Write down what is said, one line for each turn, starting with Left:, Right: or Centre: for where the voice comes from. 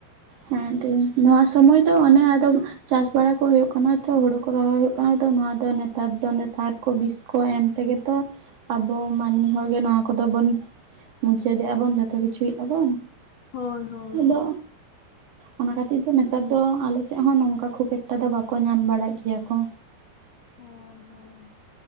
Right: ᱦᱮᱸ ᱫᱤ ᱱᱚᱣᱟ ᱥᱚᱢᱚᱭ ᱫᱚ ᱚᱱᱮ ᱟᱫᱚ ᱪᱟᱥ ᱵᱟᱲᱟ ᱠᱚ ᱦᱩᱭᱩᱜ ᱠᱟᱱᱟ ᱛᱚ ᱦᱩᱲᱩ ᱠᱚ ᱨᱚᱦᱚᱭ ᱦᱩᱭᱩᱜ ᱠᱟᱱᱟ ᱛᱚ ᱱᱚᱶᱟ ᱫᱚ ᱱᱮᱛᱟᱨ ᱫᱚ ᱥᱟᱨ ᱠᱚ ᱵᱤᱥ ᱠᱚ ᱮᱢ ᱛᱮᱜᱮ ᱛᱚ ᱟᱵᱚ ᱢᱟᱹᱱᱢᱤ ᱦᱚᱲᱜᱮ ᱱᱚᱣᱟ ᱠᱚᱫᱚ ᱵᱚᱱ ᱢᱩᱪᱟᱹᱫᱮᱜᱼᱟ ᱵᱚᱱ ᱡᱚᱛᱚ ᱠᱤᱪᱷᱩᱭ ᱭᱮᱫ ᱵᱚᱱ
Left: ᱦᱳᱭ ᱦᱳᱭ
Right: ᱟᱫᱚ
Left: ᱦᱳᱭ
Right: ᱚᱱᱟ ᱠᱷᱟᱹᱛᱤᱨ ᱫᱚ ᱱᱮᱛᱟᱨ ᱫᱚ ᱟᱞᱮᱥᱮᱫ ᱦᱚᱸ ᱱᱚᱝᱠᱟ ᱠᱷᱩᱵ ᱮᱠᱴᱟ ᱫᱚ ᱵᱟᱠᱚ ᱧᱟᱢ ᱵᱟᱲᱟᱜ ᱜᱮᱭᱟ ᱠᱚ
Left: ᱚᱸ ᱦᱟᱹᱭ